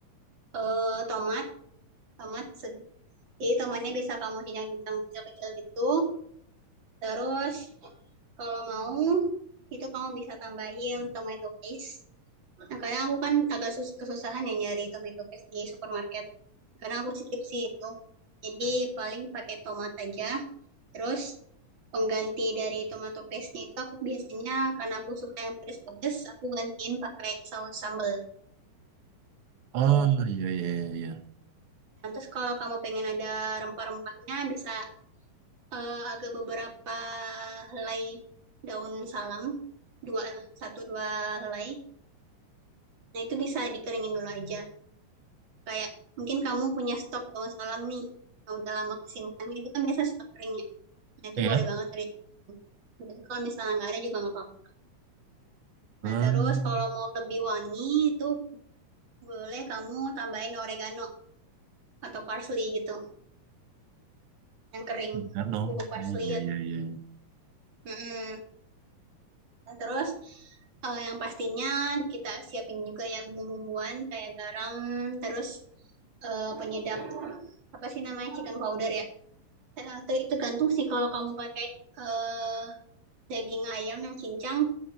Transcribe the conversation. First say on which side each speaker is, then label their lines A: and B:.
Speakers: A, on the right (about 40°); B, on the right (about 80°).
A: eh, tomat, tomat se- jadi tomatnya bisa kamu kincang-kincang kecil-kecil gitu. Terus kalau mau itu kamu bisa tambahin tomato paste. Nah, karena aku kan agak sus- kesusahan ya nyari tomato paste di supermarket. Karena aku skip sih itu. Jadi paling pakai tomat aja. Terus pengganti dari tomato paste itu aku biasanya karena aku suka yang pedes-pedes, aku gantiin pakai saus sambal.
B: Oh
A: Tuh.
B: iya iya iya iya
A: Nah, Terus kalau kamu pengen ada rempah-rempahnya bisa eh, agak beberapa helai daun salam, dua satu dua helai. Nah, itu bisa dikeringin dulu aja. kayak mungkin kamu punya stok daun salam nih yang udah lama kesimpan itu kan biasa stok kering ya nah itu
B: Iya
A: boleh
B: kan?
A: banget tuh dicobain jadi kalau misalnya nggak ada juga nggak apa-apa
B: Hmm,
A: nah terus kalau mau lebih wangi itu boleh kamu tambahin oregano atau parsley gitu yang kering
B: kan loh.
A: bubuk parsley
B: Oh iya
A: atau
B: iya iya. iya.
A: Mm-mm. nah terus eh, yang pastinya kita siapin juga ya bumbu-bumbuan kayak garam terus eh, penyedap apa sih namanya chicken powder ya Eh, te- tergantung sih kalau kamu pakai eh, daging ayam yang cincang,